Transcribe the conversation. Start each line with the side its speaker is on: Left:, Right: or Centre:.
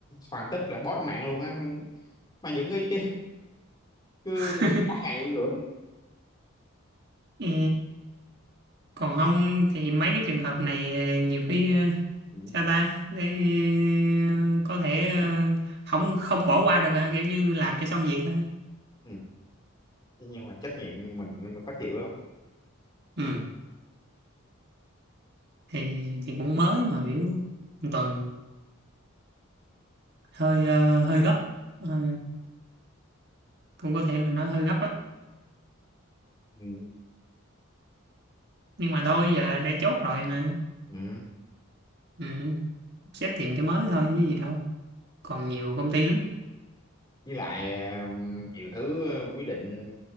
Left: hoàn tất là bó mạng luôn á mà vẫn cứ cứ, cứ
Right: <laughs>
Left: bỏ bỏ ngày luôn nữa
Right: Ờ, còn không thì mấy cái trường hợp này ờ, nhiều khi ờ,
Left: ừ.
Right: sao ta để ờ, có thể ờ, không không bỏ qua được à, kiểu như làm cho xong việc thôi
Left: ừ. Thế nhưng mà trách nhiệm mình mới khó chịu lắm
Right: ừ thì chị cũng mới mà biểu một tuần hơi ờ, hơi gấp Ờ, cũng có thể là nó hơi gấp á
Left: ừ.
Right: nhưng mà thôi giờ đã chốt rồi mà
Left: Ừ.
Right: ừ. sếp tìm cái mới thôi chứ gì đâu còn nhiều công ty lắm
Left: với lại ờ, nhiều thứ quyết định